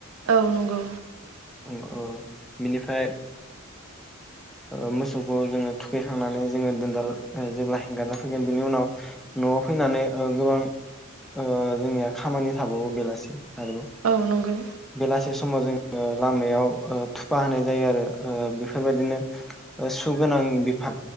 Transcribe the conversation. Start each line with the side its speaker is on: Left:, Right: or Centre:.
Right: औ नंगौ
Centre: ओ अ बिनिफाय ओ मोसौखौ जोङो थुखैखांनानै जोङो दोनदाल ओ जेब्ला हेंगारना फैगोन बेनि उनाव नआव फैनानै ओ गोबां ओ जोंनिया खामानि थाबावो बेलासे। आरोबाव
Right: औ नंगौ औ नंगौ
Centre: बेलासे स माव जोंङो लामायाव ओ थुफा होनाय जायो आरो ओ बेफोरबादिनो सुगोनां बिफां